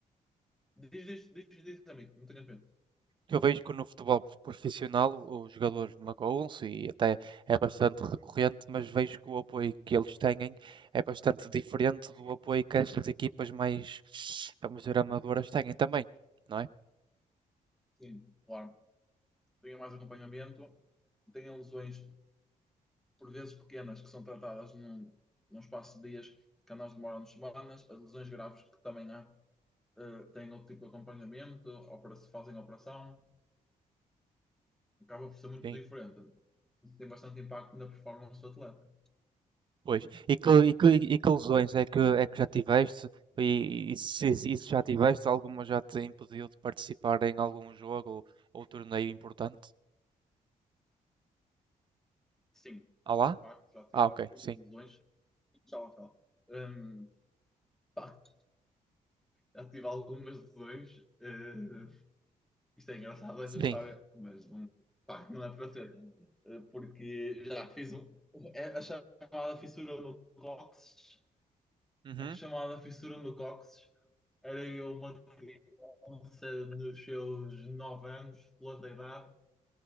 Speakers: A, in the centre; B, on the right.
A: Diz, diz, diz, diz, amigo, não tenhas medo.
B: Eu vejo que no futebol profissional o- os jogadores magoam-se e até é bastante recorrente, mas vejo que o apoio que eles têm é bastante diferente do apoio que estas equipas mais, vamos dizer, amadoras têm também, não é?
A: Sim, claro. Tenha mais acompanhamento, tenha lesões por vezes pequenas, que são tratadas num, num espaço de dias, que a nós demoram semanas, as lesões graves que também há, eh, têm outro tipo de acompanhamento, opera se fazem operação, acaba por ser muito
B: Sim,
A: diferente. Isso tem bastante impacto na performance do atleta.
B: pois. E que, e que, e que lesões é que, é que já tiveste? E, e se, se se já tiveste, alguma já te impediu de participar em algum jogo ou, ou torneio importante?
A: Sim,
B: Ah lá?
A: de facto, já tive
B: Ah,
A: algumas
B: ok, sim.
A: lesões. Tchau, tchau. Hum, de facto, já tive algumas lesões. eh, Isto é engraçado, esta
B: Sim.
A: história, mas não, pá, não é para ser. Eh, Porque já fiz um, é a chamada fissura no cóccix.
B: Uhum,
A: A chamada fissura no cóccix era eu uma criança nos seus 9 anos, pela da idade,